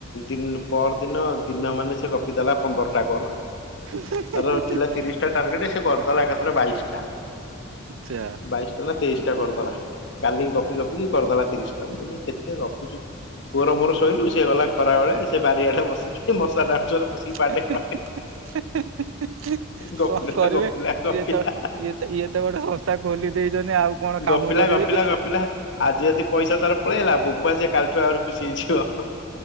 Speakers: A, on the left (about 60°); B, on the right (about 75°).
A: ଦ ପରଦିନ ଦିନ ମାନେ ସେ ଗପିଦଲା ପନ୍ଦରଟା କଲ।
B: <unintelligible>
A: ତାର ଥିଲା ତିରିଶ ଟା ଟାର୍ଗେଟ ସେ କରିଦେଲା ଏକାଥରେ ବାଇଶଟା
B: ଯା
A: ବାଇଶଟା ନା ତେଇଶ ପଚିଶ ଟା କରିଦଲା କାଲି ଗପି ଗପିି କରିଦେଲା ତିରିଶ ଟା ବ କେତେ ଗପୁଛୁ ପୁଅର ମୋର ଶୋଇଲୁ ସେ ଗଲା ଖରା ବେଳେ ସେ ବାରିଆଡେ ବସିକି ମଶା ଡାଉଁଶ ରେ ବସିକି
B: କଣ
A: ବାଡେଇ ବାଡେଇ ଗପିଲା,
B: କରିବେ
A: ଗପିଲା, ଗପିଲା
B: ଇଏ ତ ଇଏ ତ ଇଏ ତ ଗୋଟେ ସଂସ୍ଥା ଖୋଲି ଦେଇଛନ୍ତି ଆଉ କଣ କାମ
A: ଗପିଲା
B: କରିବେ
A: ଗପିଲା
B: କି
A: ଗପିଲା ଆଜି ଯଦି ପଇସା ତାର ପଳେଇ ଆସିଲା ଲଭ କୁ ସେ କାଲିଠୁ ଆ ଖୁଛି ହେଇଯିବ।